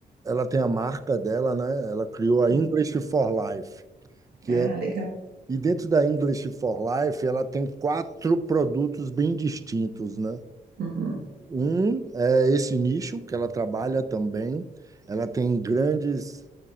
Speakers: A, on the right (about 20°); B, on the right (about 85°).
A: ela tem a marca dela, né? Ela criou a
B: Uhum.
A: English for Life. que
B: Ah,
A: é
B: legal.
A: E dentro da English for Life, ela tem quatro produtos bem distintos, né?
B: Uhum.
A: Um é esse nicho que ela trabalha também. Ela tem grandes,